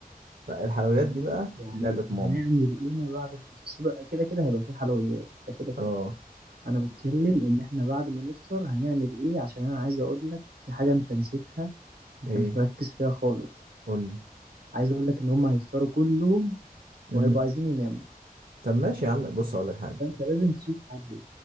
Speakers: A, on the right; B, on the right.
A: لا الحلويات دي بقى
B: يعني
A: لعبة ماما
B: هنعمل ايه ما بعد الفطور سيب كده كده هيبقى في حلويات ده كده كده
A: اه
B: انا بتكلم ان احنا بعد ما نفطر هنعمل ايه عشان انا عايز اقول لك في حاجه انت نسيتها انت
A: ايه
B: مش مركز فيها خالص
A: قول لي
B: عايز اقول لك ان هم هيفطروا كلهم
A: امم
B: وهيبقوا عايزين يناموا
A: طب ماشي يا عم بص هقول لك حاجة
B: فانت لازم تشوف حل